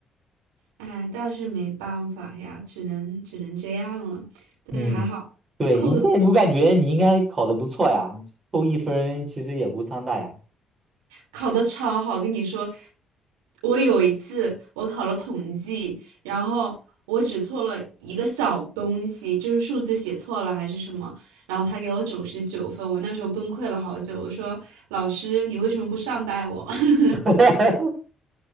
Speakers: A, on the right (about 85°); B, on the right (about 40°).
A: 哎，但是没办法呀，只能只能这样了。但是还好。
B: 嗯，对你，
A: 扣的。
B: 我感我感觉你应该考的不错呀，扣一分其实也不伤大呀。
A: 考得超好，跟你说，我有一次我考了统计，然后我只错了一个小东西，就是数字写错了还是什么，然后他给我九十九分，我那时候崩溃了好久，我说老师你为什么不善待我？<laughs>
B: <laughs>